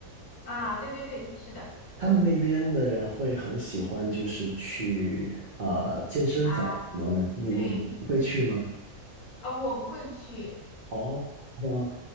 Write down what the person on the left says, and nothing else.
啊。对对对，是的
啊，
对啊，我不会去。<laughs>